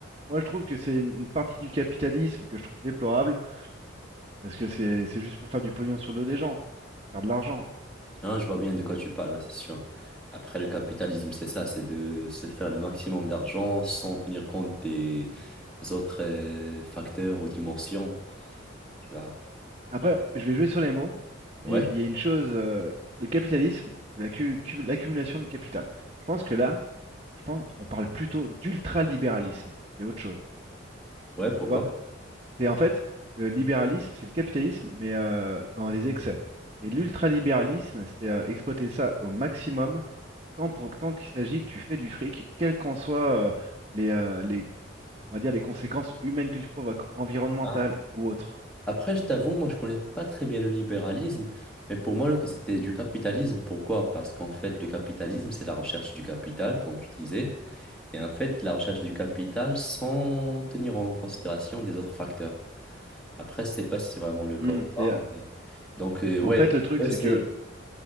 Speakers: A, on the right; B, in the centre.
A: moi je trouve que c'est une une partie du capitalisme que je trouve déplorable, parce que c'est c'est juste pour faire du pognon sur le dos des gens, faire de l'argent, quoi.
B: Non, je vois bien de quoi tu parles, ouais, c'est sûr. Après, le capitalisme, c'est ça, c'est de se faire le maximum d'argent sans tenir compte des autres euh, facteurs ou dimensions, tu vois.
A: Après,
B: Ouais,
A: je vais jouer sur les mots,
B: ouais,
A: mais il y a une chose, euh, le capitalisme, c'est l'accu- cu- l'accumulation de capital. Je pense que là, je pense on parle plutôt d'ultralibéralisme, c'est autre chose.
B: ouais, pourquoi?
A: Tu vois? C'est en fait le libéralisme, c'est le capitalisme, mais euh, dans les excès. Et l'ultralibéralisme, c'est euh, exploiter ça au maximum, tant pour tant qu'il s'agit que tu fais du fric, quelles qu'en soient euh, les, euh, les, on va dire, les conséquences humaines que tu provoques, environnementales
B: Ah.
A: ou autres.
B: Après, je t'avoue, moi, je connais pas très bien le libéralisme, mais pour moi, le- c'était du capitalisme. Pourquoi? Parce qu'en fait, le capitalisme, c'est la recherche du capital, comme tu disais, et en fait, la recherche du capital sans tenir en considération des autres facteurs. Après, je sais pas si c'est vraiment le cas
A: Hmm,
B: ou pas,
A: c'est,
B: Donc, euh, ouais,
A: en fait, le truc,
B: eux,
A: c'est
B: c'est...
A: que.